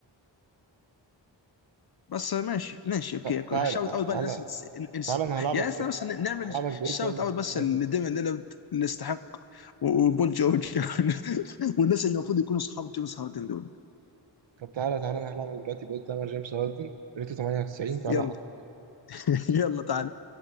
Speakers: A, on the left; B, on the right.
A: بس ماشي ماشي اوكي
B: تع- تعالى
A: شاوت
B: تعالى
A: اوت بقى
B: تعالى
A: للناس اللي تس... ن- نس...
B: تعالى انا هلعبك
A: يعني
B: بال
A: احنا بس ن- نعمل
B: هلعبك باول
A: شاوت
B: تايمر
A: اوت
B: جيمس
A: بس
B: هاردن
A: لديمن
B: دلوقتي
A: ليلارد اللي يستحق و- وبول جورج <laughs> والناس اللي المفروض يكونوا صحاب جيمس هاردن دول
B: طب تعالى تعالى انا هلعبك دلوقتي باول تايمر جيمس هاردن ريتو 98 تعالى
A: يلا
B: احط
A: <laughs> يلا تعال